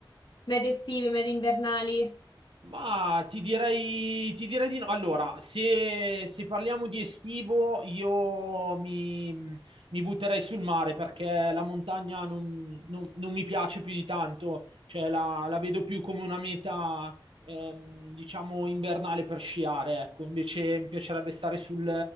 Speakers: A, on the left; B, on the right.
A: mete estive, mete invernali?
B: Ma ti direi, ti direi di no. Allora, se, se parliamo di estivo, io mi, mi butterei sul mare perché la montagna non, non- non mi piace più di tanto, cioè la, la vedo più come una meta, ehm, diciamo, invernale per sciare, ecco. Invece mi piacerebbe stare sul,